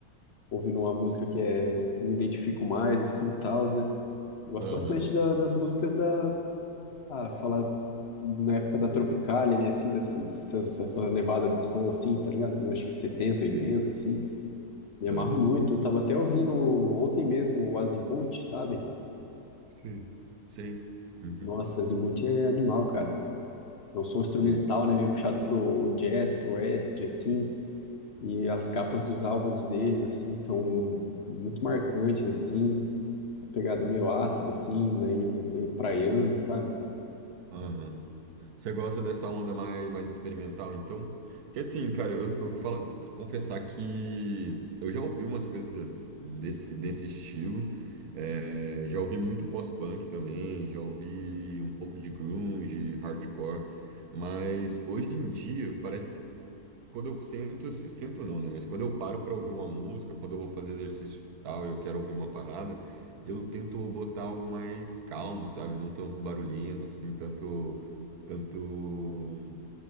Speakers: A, on the left; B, on the right.
A: ouvindo uma música que é que eu me identifico mais, assim, e tal, né? Eu gosto
B: Aham,
A: bastante da- das músicas da. Ah, falar na época da Tropicália, ali, assim, dessas, essas, essa levada de som, assim, tá ligado? Eu acho que é 70,
B: sei.
A: 80, assim. Me amarro
B: Aham.
A: muito. Eu tava até ouvindo ontem mesmo o Azimuth, sabe?
B: Sim. Sei. Uhum.
A: Nossa, Azimuth é animal, cara. É um som instrumental,
B: Sei.
A: né? Meio puxado pro jazz, pro acid, assim. E as capas dos álbuns deles, assim, são muito marcantes, assim. A pegada meio ácida, assim, daí meio praiana, sabe?
B: Aham. Você gosta dessa onda mais, mais experimental, então? Porque assim, cara, eu, eu vou falar- confessar que eu já ouvi umas coisas ass- desse, desse estilo. é, já ouvi muito pós-punk também, já ouvi um pouco de grunge, hardcore. Mas hoje em dia parece que quando eu sento, assim, sento não, né? Mas quando eu paro para ouvir uma música, quando eu vou fazer exercício e tal, eu quero ouvir uma parada, eu tento botar algo mais calmo, sabe? Não tão barulhento, assim, tanto, tanto,